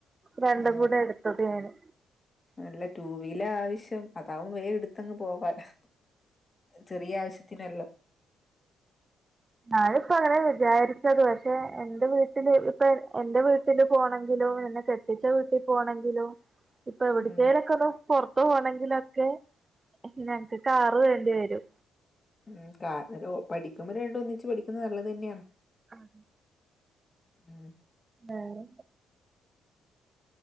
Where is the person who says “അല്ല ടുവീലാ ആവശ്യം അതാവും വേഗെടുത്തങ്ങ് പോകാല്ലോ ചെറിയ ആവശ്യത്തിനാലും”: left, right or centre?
Left